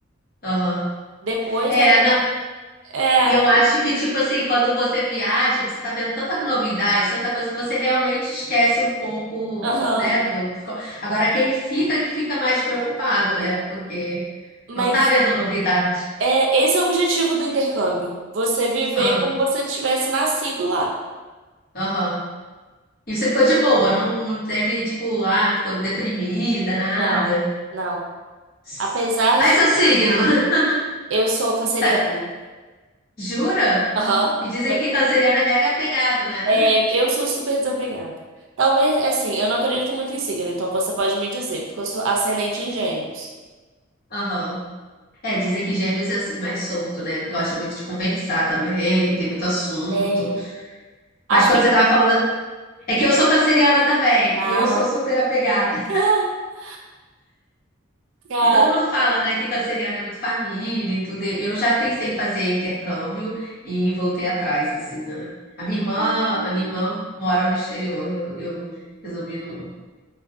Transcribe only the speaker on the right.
Depois,
né?
É,
aham.
é.
Mas
é, esse é o objetivo do intercâmbio. Você viver
como você tivesse nascido lá.
Não, não.
Apesar
de
eu sou canceriana.
Aham.
Mas,
é, eu sou super desapegada. Talvez, assim, eu não acredito muito em signo, então você pode me dizer, porque eu sou ascendente em gêmeos.
É, afim.
Ah,
ah, <laughs> cara.
Ah.